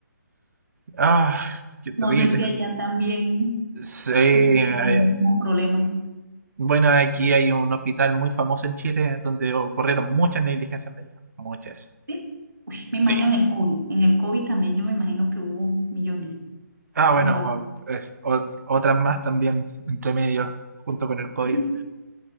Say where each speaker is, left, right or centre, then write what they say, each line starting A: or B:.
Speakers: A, on the right (about 60°); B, on the right (about 75°).
A: Ah, qué terrible.
B: No sé si allá también
A: Sí,
B: sufren
A: eh,
B: el mismo problema.
A: bueno, aquí hay un hospital muy famoso en Chile donde ocurrieron muchas negligencias médicas. Muchas.
B: Sí. Uy, me
A: Sí.
B: imagino en el COVID, en el COVID también yo me imagino que hubo millones.
A: Ah,
B: Cuando
A: bueno, o- es- o- otras más también entre medio, junto con el COVID.
B: sí.